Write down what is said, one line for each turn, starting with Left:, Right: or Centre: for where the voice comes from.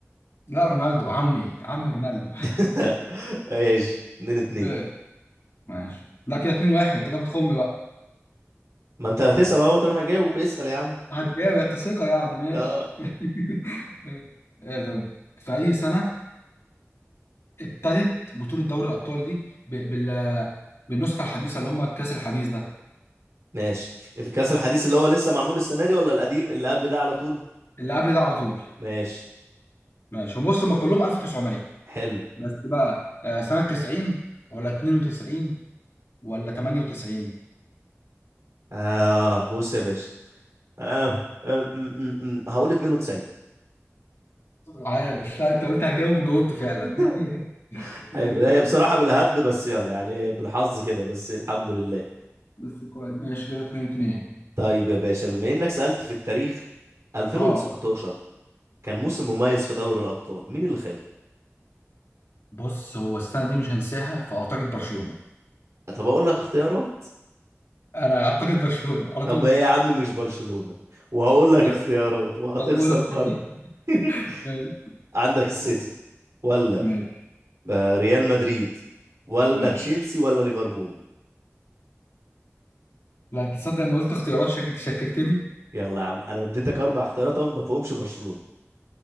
Left: لا رونالدو عمي عمي رونالدو
Right: <laughs> ايش 2 2
Left: <laughs> ماشي لا كده 2 1 انت كده بتخم بقى
Right: ما انت هتسال اهوت انا هجاوب اسال يا عم
Left: هتجاوب انت ثقة يعني ماشي
Right: اه
Left: <laughs> إيه طب في أي سنة ابتدت بطولة دوري الأبطال دي ب... بال... بالنسخة الحديثة اللي هم الكأس الحديث ده
Right: ماشي الكاس الحديث اللي هو لسه معمول السنه دي ولا القديم اللي قبل ده على طول
Left: اللي قبل ده على طول
Right: ماشي
Left: ماشي وبص هم كلهم 1900
Right: حلو
Left: بس بقى آه، سنة 90 ولا 92 ولا 98
Right: آه بص يا باشا آه. آه. م- م- م- هقول 92
Left: عايش لا انت قلت هجاوب وجاوبت فعلا
Right: <laughs>
Left: <laughs> ماشي.
Right: حلو هي بصراحة بالهبد بس يلا يعني بالحظ كده بس الحمد لله
Left: بس كويس ماشي كده 2 2
Right: طيب يا باشا بما انك سألت في التاريخ 2019
Left: اه
Right: كان موسم مميز في دوري الأبطال مين اللي خده؟
Left: بص هو السنه دي مش هنساها فاعتقد برشلونه
Right: طب اقول لك اختيارات
Left: انا اعتقد برشلونه على
Right: طب
Left: طول
Right: ايه يا عم مش برشلونة وهقول لك
Left: طب
Right: اختيارات وهتخسر
Left: طب قول اختيارات
Right: برضه <laughs>
Left: <laughs> ماشي
Right: عندك السيتي
Left: قول
Right: ولا
Left: ماشي
Right: آه، ريال مدريد ولا
Left: ماشي
Right: تشيلسي ولا ليفربول
Left: لا تصدق لما قلت اختيارات شكك شككتني
Right: يلا يا عم انا اديتك اربع اختيارات اهو ما فيهمش برشلونة